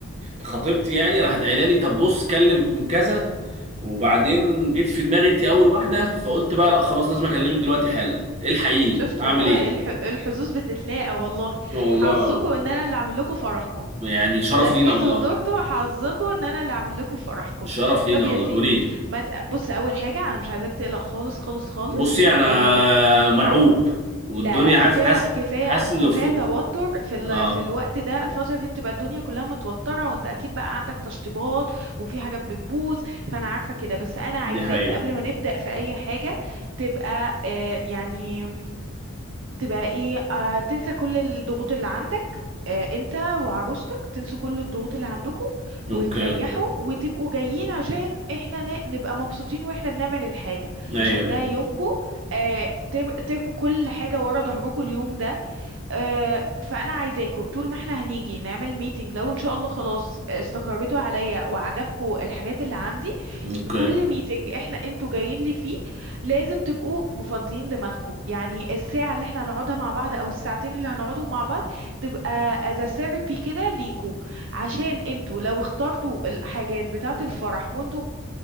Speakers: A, on the right (about 30°); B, on the right (about 60°).
A: خطيبتي يعني راحت قايله لي طب بص كلم كذا وبعدين جيت في دماغي انت اول واحده فقلت بقى لا خلاص لازم اكلمك دلوقتي حالا الحقيني
B: شفت
A: اعمل
B: والله
A: ايه
B: الح... الحظوظ بتتلاقى والله
A: والله
B: حظكم ان انا اللي اعمل لكم فرحكم
A: يعني شرف
B: لفيتوا
A: لينا والله
B: ودورتوا حظكم ان انا اللي اعمل لكم فرحكم
A: الشرف لينا
B: طب يا
A: والله
B: سيدي
A: قولي لي
B: ما ت... بص اول حاجه انا مش عايزاك تقلق خالص خالص خالص
A: بصي انا
B: آه،
A: مرعوب والدنيا
B: لا لا
A: حاسس
B: كفايه
A: حاسس
B: كفايه
A: حاسس اللي
B: كفايه
A: فوق
B: توتر في ال...
A: اه
B: في الوقت ده الفتره دي بتبقى الدنيا كلها متوتره وانت اكيد بقى عندك تشطيبات وفي حاجات بتبوظ فانا عارفه كده بس انا عايزاك
A: دي حقيقة
B: قبل ما نبدا في اي حاجه تبقى آه يعني تبقى ايه آه تنسى كل الضغوط اللي عندك آه انت وعروستك تنسوا كل الضغوط اللي عندكم
A: اوكي
B: وتريحوا وتبقوا جايين عشان احنا ن- نبقى مبسوطين واحنا بنعمل الحاجة
A: ايوه
B: عشان ده
A: ايوه
B: يومكم آه تر- ترموا كل حاجة ورا ظهركم اليوم ده آه فأنا عايزاكم طول ما احنا هنيجي نعمل ميتنج لو ان شاء الله خلاص استقريتوا عليا وعجبكم الحاجات اللي عندي
A: اوكي
B: كل ميتنج احنا انتوا جايين لي فيه لازم تبقوا مفضيين دماغكم يعني الساعة اللي احنا هنقعدها مع بعض او الساعتين اللي هنقعدهم مع بعض تبقى as a therapy كده ليكوا عشان انتوا لو اخترتوا الحاجات بتاعة الفرح وانتوا